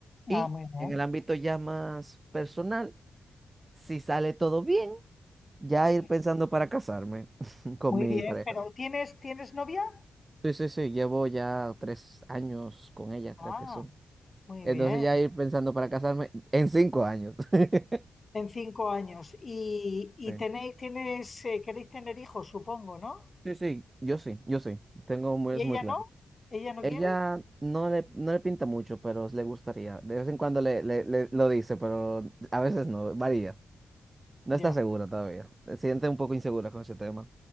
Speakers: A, on the right; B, on the left.
A: Y
B: Ah, muy bien.
A: en el ámbito ya más personal, si sale todo bien, ya
B: Sí.
A: ir pensando para casarme <laughs> con
B: Muy
A: mi
B: bien,
A: pareja.
B: pero ¿tienes, tienes novia?
A: Sí, sí, sí, llevo ya tres años con ella, creo
B: Ah,
A: que son.
B: muy
A: Entonces
B: bien.
A: ya ir pensando para casarme en cinco años. <laughs>
B: En cinco años. Y, y
A: Sí,
B: tenéis, tienes, eh, queréis tener hijos, supongo, ¿no?
A: sí, sí, yo sí, yo sí, tengo muy,
B: ¿Y
A: eso
B: ella
A: muy claro.
B: no? ¿Ella no
A: Ella
B: quiere?
A: no le, no le pinta mucho, pero le gustaría. De vez en cuando le, le- le- lo dice, pero a veces no, varía. No
B: Ya.
A: está segura todavía. Se siente un poco insegura con ese tema.